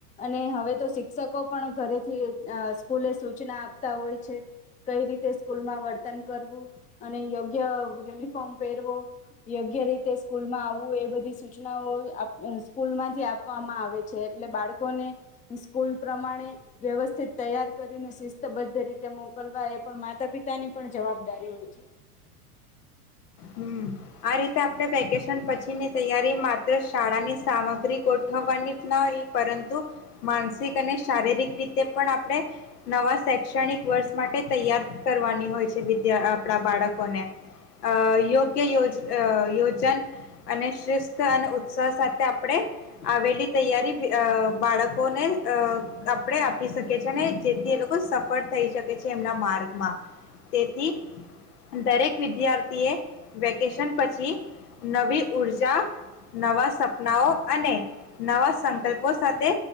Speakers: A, on the left (about 15°); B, on the left (about 80°).
A: અને હવે તો શિક્ષકો પણ ઘરેથી સ્કૂલે સૂચના આપતા હોય છે કઈ રીતે સ્કૂલમાં વર્તન કરવું અને યોગ્ય યુનિફોર્મ પહેરવો યોગ્ય રીતે સ્કૂલમાં આવવું એ બધી સૂચનાઓ સ્કૂલમાંથી આપવામાં આવે છે એટલે બાળકોને સ્કૂલ પ્રમાણે વ્યવસ્થિત તૈયાર કરીને શિસ્તબદ્ધ રીતે મોકલવા એ પણ માતા પિતાની પણ જવાબદારી હોય છે.
B: હમ્મ આ રીતે આપણે વેકેશન પછીની તૈયારી માત્ર શાળાની સામગ્રી ગોઠવાની નઈ પરંતુ માનસિક અને શારીરિક રીતે પણ આપણે નવા શૈક્ષણિક વર્ષ માટે તૈયાર કરવાની હોય છે વિદ્યા આપણા બાળકોને. અ ઈ. કે યોજ અ યોજન, અને શિસ્ત અને ઉત્સાહ સાથે આપણે, આવેલી તૈયારી અ બાળકોને અ આપણે આપી શકીએ છીએ અને જેથી એ લોકો સફળ થઈ શકે છે એમના માર્ગમાં, તેથી દરેક વિદ્યાર્થી એ વેકેશન પછી, નવી ઊર્જા નવા સપનાઓ અને નવા સંકલ્પો સાથે,